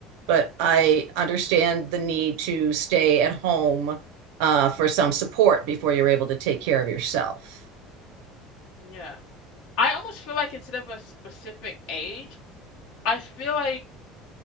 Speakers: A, on the right (about 75°); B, on the left (about 50°).
A: but I understand the need to stay at home uh, for some support before you're able to take care of yourself.
B: Yeah. I almost feel like instead of a specific age, I feel like